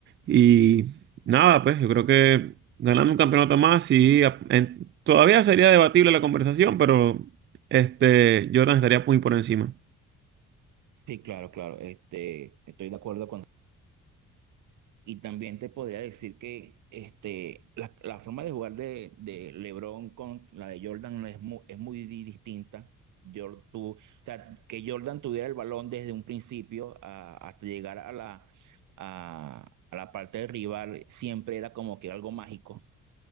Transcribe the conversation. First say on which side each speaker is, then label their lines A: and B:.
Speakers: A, on the right (about 40°); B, on the right (about 80°).
A: Y nada, pues yo creo que ganando un campeonato más, sí, a- en- todavía sería debatible la conversación, pero este, Jordan estaría muy por encima.
B: Sí, claro, claro. Este, estoy de acuerdo con Y también te podría decir que este, la, la forma de jugar de, de LeBron con la de Jordan no es muy, es muy di- distinta. Jor- tú- o sea, que Jordan tuviera el balón desde un principio a- hasta llegar a la, a, a la parte del rival siempre era como que algo mágico.